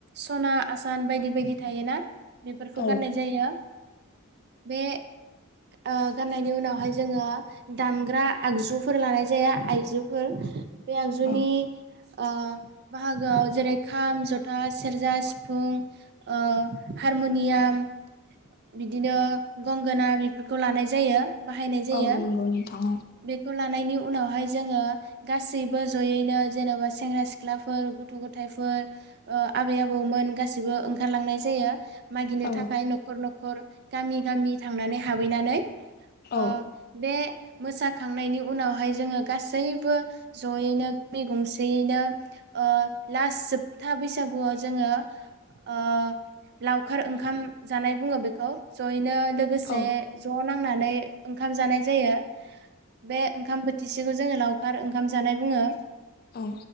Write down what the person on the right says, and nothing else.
सना आसान बायदि बायदि थायोना। बेफोरखौ
गाननाय जायो बे ओह गाननायनि उनावहाय जोङो दामग्रा आगजुफोर लानाय जाया आइजुफोर बे आगजुनि
ओ बाहागोआव जेरै खाम ज'था सेरजा जा सिफुं ओ हारमुनियाम बिदिनो गंगोना बेफोरखौ लानाय जायो। बाहायनाय जायो
बेखौ लानायनि उनावहाय जोङो गासैबो जयैनो जेनेबा सेंग्रा सिख्लाफोर गथ' गथायफोर ओ आबै आबौमोन गासैबो ओंखारलांनाय जायो। मागिनो
थाखाय नख न'खर गामि गामि थांनानै हाबैनानै
ओ बे मोसाखांनायनि उनावहाय जोङो गासैबो ज'यैनो गामि गंसेयैनो ओ लास जोबथा बैसागुआव जोङो ओ लावखार ओंखाम जानाय बुङो बेखौ जयैनो लोगोसे
ज नां थांनानै ओंखाम जानाय जायो। बे ओंखाम बोथिसेखौ जोङो लावखार ओंखाम जानाय बुङो।